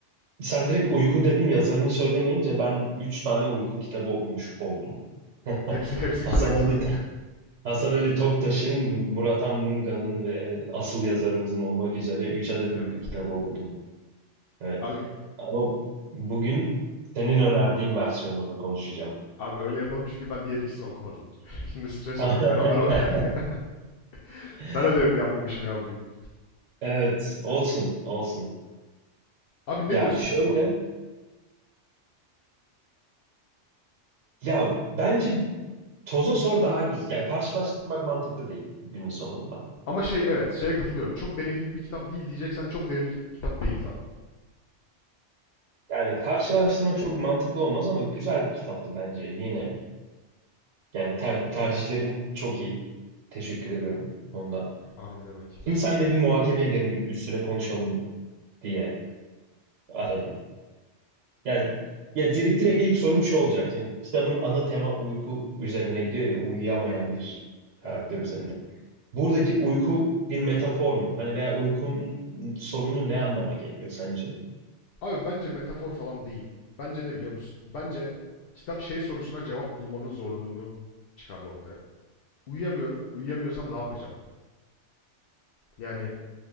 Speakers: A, on the right; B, on the left.
A: sen direkt uyku dedin yazarını söylemeyince ben 3 tane uyku kitabı okumuş oldum. <laughs>
B: Hepsi hepsi
A: Hasan
B: kısa kısa.
A: Ali, Hasan Ali Toptaş'ın, Murat Munga'nın ve asıl yazarımızın olmak üzere 3 adet uyku
B: Evet.
A: kitabı okudum. Evet.
B: Abi
A: Ama bugün senin önerdiğin versiyonunu konuşacağım.
B: abi öyle yapalım çünkü ben diğer ikisini okumadım. <laughs> Şimdi stres
A: Tamam.
B: oldum. Ben onları ok <laughs>
A: <laughs>
B: Ben ödevimi yapmamışım ya bugün.
A: Evet, olsun, olsun.
B: Abi ne
A: Ya
B: diyorsun
A: şöyle,
B: kitaba?
A: ya bence toza sor daha güzel. Yani karşılaştırmak mantıklı değil günün sonunda.
B: Ama şey evet şeye katılıyorum. Çok derinlik bir kitap değil diyeceksen çok derinlik bir kitap değil zaten.
A: Yani karşılaştırmak çok mantıklı olmaz ama güzel bir kitaptı bence yine. Yani ter- tercihlerin çok iyi. Teşekkür ediyorum bu konuda.
B: Abi ne demek?
A: Şimdi senle bir muhakeme edelim, bir üstüne konuşalım diye aradım. Yani ya dire- direkt ilk sorum şu olacak. Şimdi kitabın ana tema uyku üzerine gidiyor ya, uyuyamayan
B: Evet,
A: bir karakter
B: evet.
A: üzerinde. Buradaki uyku bir metafor mu? Hani veya uykunun sorunu ne anlama geliyor sence?
B: Abi bence metafor falan değil. Bence ne biliyor musun? Bence kitap şey sorusuna cevap bulmanın zorluğunu çıkardı ortaya. Uyuyamıyorum, uyuyamıyorsam ne yapacağım? Yani